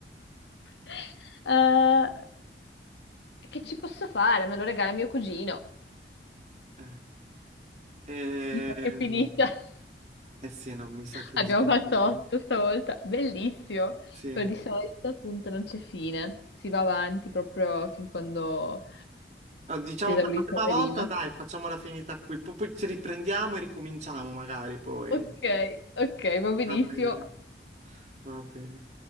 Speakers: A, on the left; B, on the right.
A: <laughs> Eh, E Che ci posso fare? Me lo regala mio cugino.
B: Eh, ehm,
A: Mi sa che è finita. <laughs>
B: eh sì, no, mi sa che
A: Abbiamo
B: sì.
A: fatto otto stavolta. Bellissimo.
B: Sì.
A: Però di solito appunto non c'è fine. Si va avanti proprio fin quando
B: No, diciamo
A: si esaurisce
B: per la prima
A: la
B: volta,
A: rima.
B: dai, facciamola finita qui, poi, poi ci riprendiamo e ricominciamo magari poi.
A: Ok, ok, va benissimo.
B: Va bene, va bene.